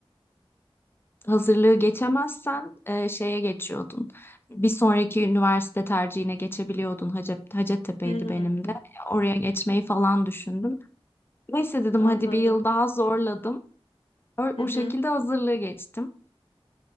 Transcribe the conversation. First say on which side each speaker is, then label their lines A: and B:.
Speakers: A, on the left; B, on the left.
A: hazırlığı geçemezsen e, şeye geçiyordun. Bir sonraki üniversite tercihine geçebiliyordun. Hacep, Hacettepe'ydi
B: Hmm,
A: benim de. Oraya geçmeyi falan düşündüm. Neyse dedim
B: anladım.
A: hadi bir yıl daha zorladım. O, o
B: <laughs>
A: şekilde hazırlığı geçtim.